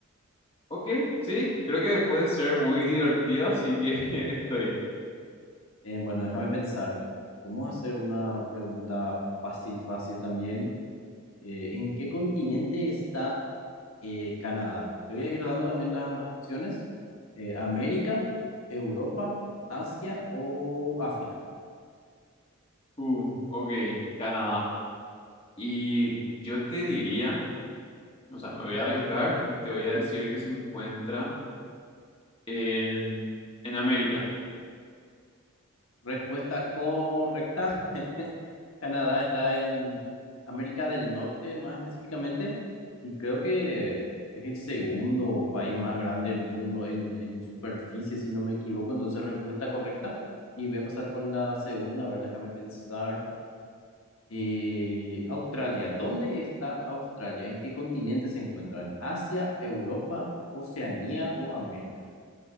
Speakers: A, on the left (about 25°); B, on the left (about 70°).
A: Ok, sí, creo que puede ser muy divertido, así que <laughs> estoy.
B: Eh, bueno, déjame pensar. Vamos a hacer una pregunta fácil, fácil también. Eh, ¿en qué continente está eh, Canadá? Te voy a ir dando también la- las opciones. Eh, América, Europa, Asia o África.
A: Uh, ok, Canadá. Y yo te diría, o sea, me voy a arriesgar y te voy a decir que se encuentra en, en América.
B: Respuesta correcta. <laughs> Canadá está en América del Norte, más específicamente, y creo que es el segundo país más grande del mundo en, en superficie, si no me equivoco. Entonces, respuesta correcta. Y voy a pasar con la segunda. A ver, déjame pensar. Eh, Australia, ¿dónde está Australia? ¿En qué continente se encuentra? ¿En Asia, Europa, Oceanía o América?